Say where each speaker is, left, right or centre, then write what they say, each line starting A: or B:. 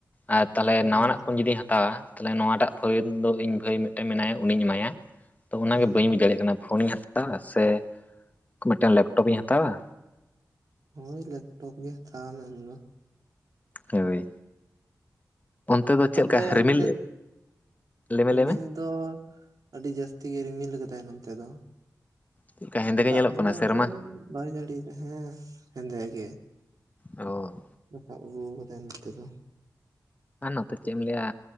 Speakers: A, on the left; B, on the right.
A: ᱟᱨ ᱛᱟᱦᱚᱞᱮ
B: ᱦᱮᱸ
A: ᱱᱟᱣᱟᱱᱟᱜ ᱯᱷᱳᱱ ᱡᱩᱫᱤᱧ ᱦᱟᱛᱟᱣᱟ ᱛᱟᱦᱚᱞᱮ ᱱᱚᱣᱟᱴᱟᱜ ᱯᱷᱟᱹᱭᱱ ᱫᱚ ᱤᱧ ᱵᱷᱟᱹᱭ ᱢᱤᱫᱴᱮᱱ ᱢᱮᱱᱟᱭᱟ ᱩᱱᱤᱧ ᱮᱢᱟᱭᱟ, ᱛᱚ ᱚᱱᱟᱜᱮ
B: ᱦᱮᱸ
A: ᱵᱟᱹ ᱵᱩᱡ ᱫᱟᱲᱮᱭᱟᱜ ᱠᱟᱱᱟ᱾ ᱯᱷᱳᱱᱤᱧ ᱦᱟᱛᱟᱣᱟ ᱥᱮ ᱢᱤᱫᱴᱟᱱ ᱞᱮᱯᱴᱚᱯᱤᱧ ᱦᱟᱛᱟᱣᱟ?
B: ᱦᱳᱭ ᱞᱮᱯᱴᱚᱯ ᱜᱮ ᱦᱟᱛᱟᱣ ᱢᱮ ᱟᱢᱫᱚ᱾
A: ᱦᱳᱭ ᱚᱱᱛᱮ ᱫᱚ ᱪᱮᱫ
B: ᱟᱯᱮ
A: ᱠᱟ ᱨᱤᱢᱤᱞ,
B: ᱚᱱᱛᱮ
A: ᱞᱮᱹᱢᱮ
B: ᱨᱤᱢᱤᱞ
A: ᱞᱮᱹᱢᱮ᱾
B: ᱫᱚ ᱟᱹᱰᱤ ᱡᱟᱹᱥᱛᱤ ᱜᱮ ᱨᱤᱢᱤᱞ ᱠᱟᱫᱟᱭ ᱱᱚᱱᱛᱮ ᱫᱚ᱾
A: ᱪᱮᱫ ᱞᱮᱠᱟ ᱦᱮᱸᱫᱮ ᱜᱮ
B: ᱫᱟᱜ
A: ᱧᱮᱞᱚᱜ
B: ᱫᱚ
A: ᱠᱟᱱᱟ
B: ᱚᱝᱠᱟ
A: ᱥᱮᱨᱢᱟ
B: ᱫᱚ ᱵᱟᱭ ᱡᱟᱹᱲᱤᱭᱫᱟ ᱦᱮᱸ ᱦᱮᱸᱫᱮ ᱜᱮ᱾
A: ᱚ
B: ᱨᱟᱠᱟᱵ ᱟᱹᱜᱩ ᱠᱟᱫᱟᱭ ᱱᱚᱛᱮ ᱫᱚ᱾
A: ᱱᱚᱛᱮ ᱪᱮᱫ ᱮᱢ ᱞᱟᱹᱭᱟ